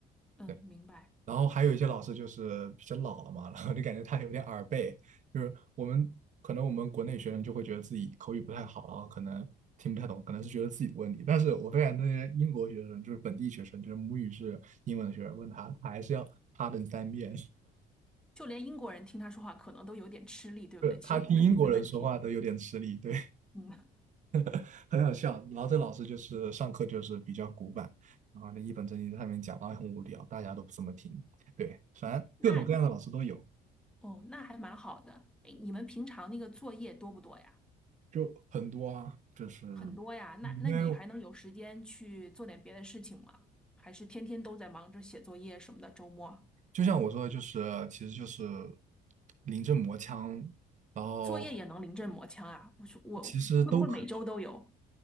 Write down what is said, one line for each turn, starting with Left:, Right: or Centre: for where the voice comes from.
Centre: 嗯，
Right: 对。
Centre: 明白。
Right: 然后还有一些老师就是比较老了嘛，然后就感觉他有点耳背，就是我们可能我们国内学生就会觉得自己口语不太好，然后可能听不太懂，可能是觉得自己的问题。但是我发现那些英国学生，就是本地学生，就是母语是英文的学生，问他，他还是要 pardon 三遍，
Centre: 就连英国人听他说话可能都有点吃力，
Right: <laughs>
Centre: 对不对？
Right: 对，
Centre: 其实不是怎么的问题。
Right: 他听英国人说话都有点吃力，对，
Centre: 嗯，
Right: <laughs> 很好笑。然后这老师就是上课就是比较古板，然后那一本正经在上面讲，然后很无聊，大家都不怎么听，对，反正各种各样的老师都有。
Centre: 哎，那哦，那还蛮好的。哎，你们平常那个作业多不多呀？
Right: 就很多啊，就是嗯
Centre: 很多呀。那那你还能有时间去做点别的事情吗？
Right: 因为我
Centre: 还是天天都在忙着写作业什么的？周末
Right: 就像我说的，就是其实就是临阵磨枪，然后
Centre: 作业也能临阵磨枪啊？我说我会不会每周都有？
Right: 其实都可以。